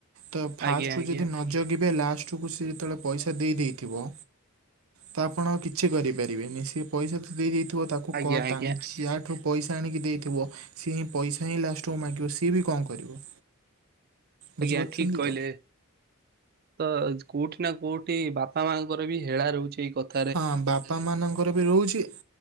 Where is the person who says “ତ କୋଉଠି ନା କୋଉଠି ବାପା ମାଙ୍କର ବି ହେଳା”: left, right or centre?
Right